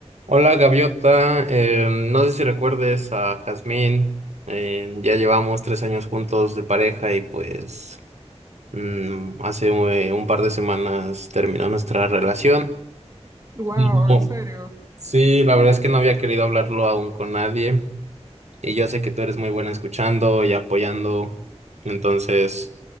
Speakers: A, on the right (about 80°); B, on the right (about 30°).
A: Hola Gaviota, Eh, no sé si recuerdes a Jazmín, Eh, ya llevamos tres años juntos de pareja y pues mm, hace eh, un par de semanas terminó nuestra relación.
B: Wow,
A: Mm, Oh,
B: ¿en serio?
A: Sí, la verdad es que no había querido hablarlo aún con nadie y yo sé que tú eres muy buena escuchando y apoyando, entonces